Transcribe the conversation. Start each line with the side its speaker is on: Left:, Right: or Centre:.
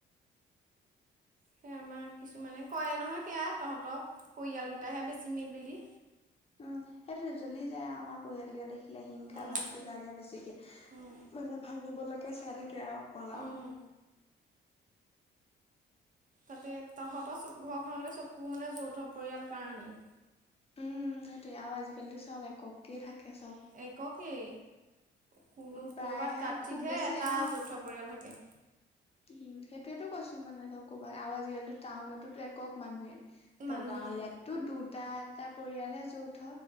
Right: সেয়া আমাক কিছুমানে কয় নহয় সেয়া তহঁতৰ পৰিয়ালগিটাহে বেছি মিল বুলি।
Left: উম সেইটোৱে জ্বলি যায় আমাৰ পৰিয়ালগিটা দেখি। হিলে হিংসা
Right: উম
Left: ভাৱটো জাগে বেছিকে
Right: উম
Left: মানে ভাঙিবলেকে চাই থাকে আৰু ক'লাও।
Right: উম। তাতে তহঁতৰ চ ঘৰখনলে চকু মানে যৌথ পৰিয়াল কাৰণেই।
Left: উম সেইটোৱে আও আজিকালিতো সব একককে থাকে সব।
Right: এককেই কু
Left: প্ৰায়
Right: ক'ৰবাত কাটচিতহে
Left: খুব বেছি
Right: এটা
Left: অ
Right: যৌথ পৰিয়াল থাকে।
Left: উম সেটোৱেতো কৈছো মানে ন কবা আওকালিতো টাউনতো একক মানুহে। ত
Right: মানুহে।
Left: গাঁৱলীয়াতটো দুটা এটা পৰিয়ালহে যৌথ।